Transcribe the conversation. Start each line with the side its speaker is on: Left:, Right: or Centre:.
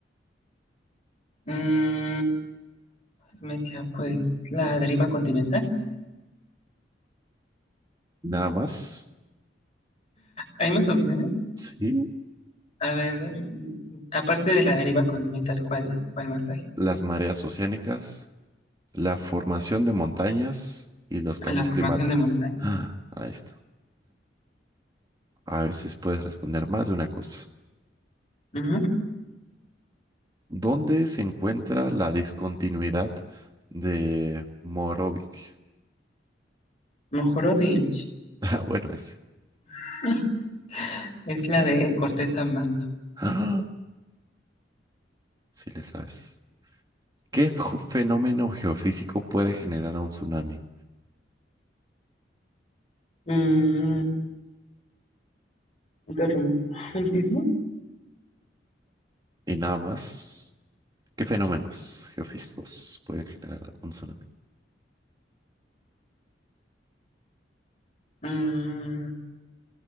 Left: Mm, mecha, pues la deriva continental.
Right: Nada más,
Left: ¿Hay más opciones?
Right: sí,
Left: A ver, mm, aparte de la deriva continental, ¿cuál, cuál más hay?
Right: las mareas oceánicas, la formación de montañas y los cambios
Left: Ah, la formación
Right: climáticos.
Left: de montaña.
Right: Ah, ahí está. A veces puedes responder más de una cosa.
Left: Ujú.
Right: ¿Dónde se encuentra la discontinuidad de Morovic? <laughs>
Left: Mojorovic.
Right: Ah, bueno, ese.
Left: <laughs> Es la de corteza manto.
Right: Ah, sí le sabes. ¿Qué fu- fenómeno geofísico puede generar un tsunami?
Left: Mm, un terremoto. <laughs> ¿Un sismo?
Right: Y nada más, ¿qué fenómenos geofísicos pueden generar un tsunami?
Left: Mm,